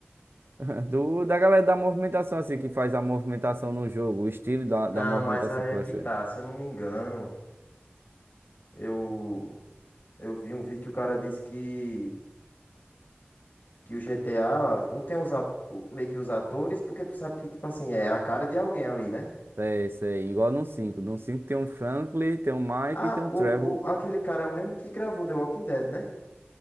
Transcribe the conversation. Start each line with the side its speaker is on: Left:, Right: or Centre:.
Right: <laughs> Do, da galera da movimentação, assim, que faz a movimentação no jogo, o estilo da,
Left: Não,
Right: da movimentação
Left: mas aí
Right: que
Left: é
Right: vai
Left: que
Right: ser.
Left: tá, se eu não me engano, eu eu vi um vídeo que o cara disse que que o GTA não tem os at- o- meio que os atores, porque tu sabe que tipo assim, é a cara de alguém ali, né?
Right: É isso aí, igual no cinco No 5 tem um Franklin, tem um Mike
Left: Ah,
Right: e tem
Left: o,
Right: um Trevor,
Left: o aquele cara é o mesmo que gravou The Walking Dead, né?